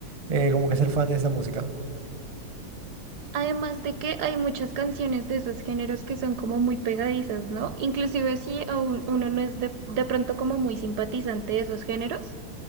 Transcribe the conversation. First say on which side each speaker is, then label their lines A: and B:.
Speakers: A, on the right (about 40°); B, on the right (about 70°).
A: eh, como que ser fan de esa música.
B: Además de que hay muchas canciones de esos géneros que son como muy pegadizas, ¿no? Inclusive si a un- uno no es de, de pronto como muy simpatizante de esos géneros,